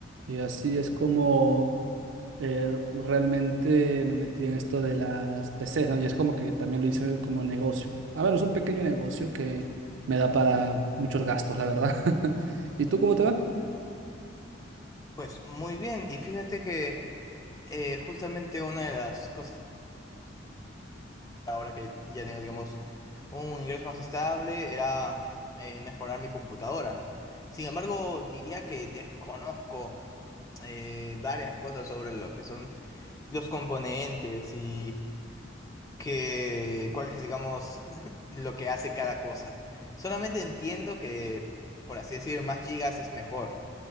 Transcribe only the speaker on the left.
Pues muy bien, y fíjate que eh, justamente una de las cosas ahora que ya tengo, digamos, un ingreso más estable era eh, mejorar mi computadora. Sin embargo, diría que desconozco eh, varias cosas sobre lo que son los componentes y que cuál es, digamos, <laughs> lo que hace cada cosa. Solamente entiendo que, por así decir, más gigas es mejor.